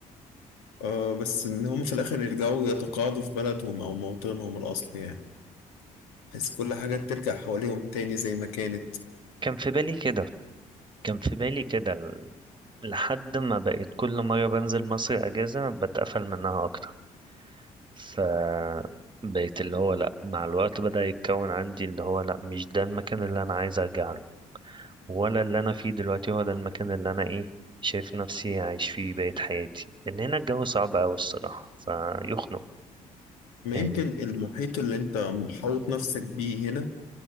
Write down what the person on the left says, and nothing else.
آه بس إن هم في الآخر يرجعوا يتقاعدوا في بلدهم أو موطنهم الأصلي يعني بحيث كل حاجة ترجع حواليهم تاني زي ما كانت
ما
يمكن المحيط اللي أنت محوط نفسك بيه هنا